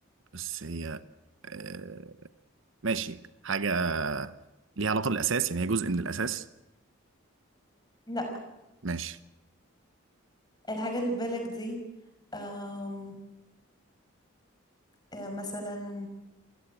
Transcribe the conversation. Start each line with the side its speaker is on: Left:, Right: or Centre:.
Right: بس هي أه ماشي حاجة ليها علاقة بالأساس يعني هي جزء من الأساس
Left: لأ
Right: ماشي
Left: الحاجة اللي في بالك دي آم، آه، مثلا